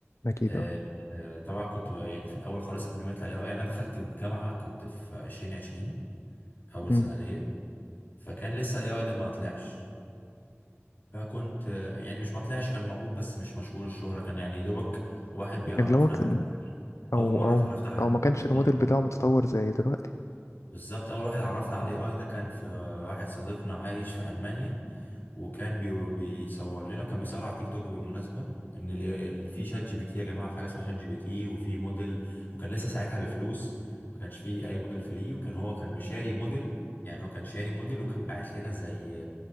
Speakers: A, on the left; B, on the left.
A: أكيد
B: آه،
A: أه
B: آه، طبعا كنت بقى يعني في الاول خالص قبل ما يطلع الاي اي يعني انا دخلت الجامعه كنت في 2020 اول
A: مم.
B: سنه ليا فكان لسه الاي اي ده ما طلعش فكنت آه، يعني مش ما طلعش كان موجود بس مش مشهور الشهره كان يعني يا دوبك واحد بيعرفنا
A: اللي هو كان
B: عليه فاكر
A: أو
B: اول مره
A: أو
B: اتعرفت على
A: أو ما كانش الموديل
B: اه
A: بتاعه متطور زي دلوقتي
B: بالظبط اول واحد عرفنا على الاي اي ده كان في واحد صديقنا عايش في المانيا وكان بي بيصور لنا كان بيصور على التيك توك بالمناسبه ان ال- ال- في شات جي بي تي يا جماعه في حاجه اسمها شات جي بي تي وفي موديل وكان لسه ساعتها بفلوس ما كانش فيه اي موديل فري وكان هو كان بشاري موديل يعني هو كان شاري موديل وكان باعت لنا زي